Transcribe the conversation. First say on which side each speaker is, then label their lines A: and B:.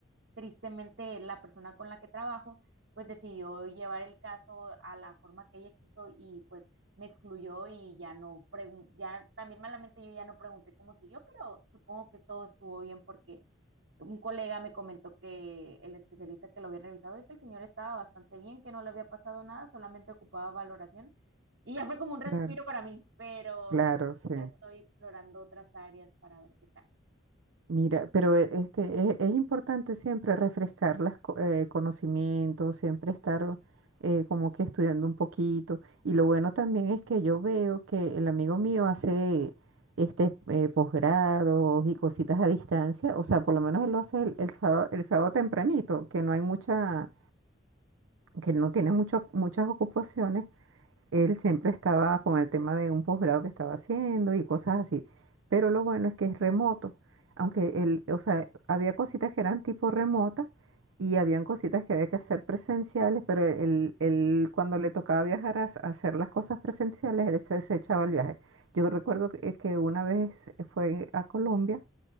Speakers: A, on the right; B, on the right.
A: tristemente la persona con la que trabajo pues decidió llevar el caso a la forma que ella quiso y pues me excluyó y ya no pregunté, ya también malamente yo ya no pregunté cómo siguió, pero supongo que todo estuvo bien porque un colega me comentó que el especialista que lo había revisado y que el señor estaba bastante bien, que no le había pasado nada, solamente ocupaba valoración y ya fue como un respiro
B: claro,
A: para mí, pero
B: claro, sí.
A: estoy explorando otras áreas para ver qué tal.
B: Mira, pero e- este, es, es importante siempre refrescar los conocimientos, siempre estar eh, como que estudiando un poquito. Y lo bueno también es que yo veo que el amigo mío hace este eh, posgrados y cositas a distancia. O sea, por lo menos él lo hace el, el sábado, el sábado tempranito, que no hay mucha, que no tiene mucho, muchas ocupaciones. Él siempre estaba con el tema de un posgrado que estaba haciendo y cosas así. Pero lo bueno es que es remoto. Aunque él, o sea, había cositas que eran tipo remota y habían cositas que había que hacer presenciales, pero él, él cuando le tocaba viajar a, s- a hacer las cosas presenciales, él se, se echaba el viaje. Yo recuerdo que, que una vez fue a Colombia,